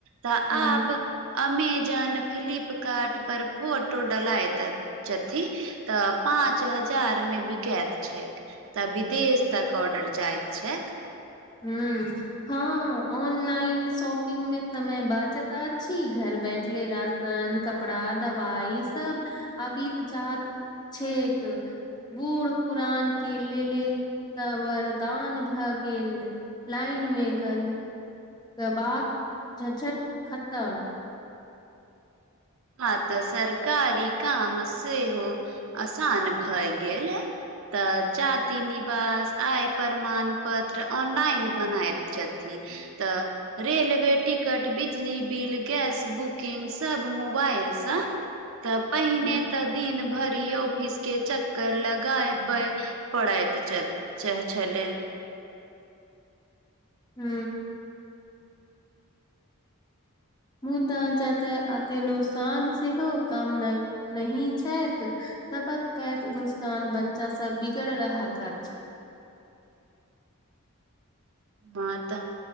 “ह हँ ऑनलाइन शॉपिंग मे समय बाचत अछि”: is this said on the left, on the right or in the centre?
Left